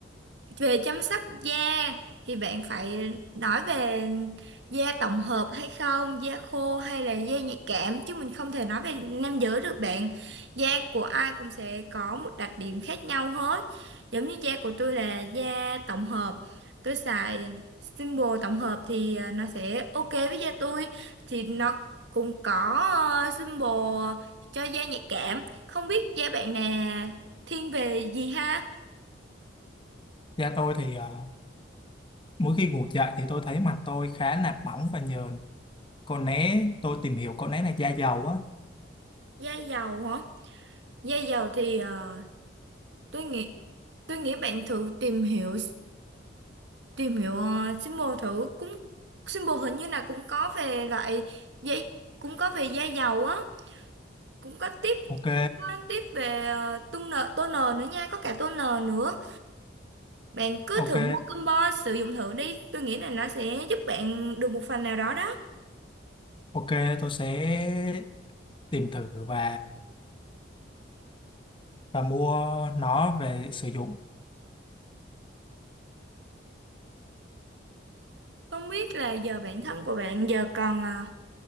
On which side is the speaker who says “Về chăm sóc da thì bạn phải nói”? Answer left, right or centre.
Right